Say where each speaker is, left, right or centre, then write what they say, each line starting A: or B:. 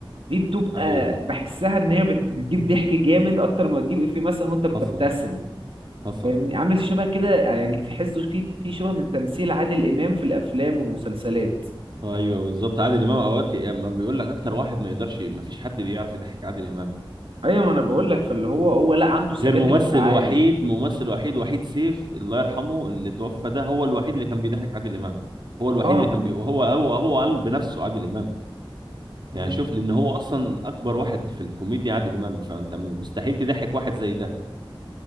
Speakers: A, on the right (about 75°); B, on the right (about 55°).
A: دي بتبقى
B: ايوه
A: بحسها ان هي بت- بتجيب ضحك جامد اكتر ما تجيب افيه مثلا وانت بتبتسم
B: حصل حصل
A: فاهمني عامل شبه كده يعني تحسه في في شبه من تمثيل عادل امام في الافلام والمسلسلات
B: ايوه بالظبط عادل امام اوقات ك- يعني ما بيقول لك اكتر واحد ما يقدرش ما فيش حد بيعرف يضحك عادل امام
A: ايوه ما انا بقول لك فاللي هو هو لا عنده ثبات
B: غير ممثل
A: انفعالي
B: وحيد ممثل وحيد وحيد سيف الله يرحمه اللي توفى ده هو الوحيد اللي كان بيضحك عادل امام هو الوحيد
A: اه
B: اللي كان بي... وهو هو هو قال بنفسه عادل امام
A: مم.
B: يعني شوف لان هو اصلا اكبر واحد في الكوميديا عادل امام فانت م- مستحيل تضحك واحد زي ده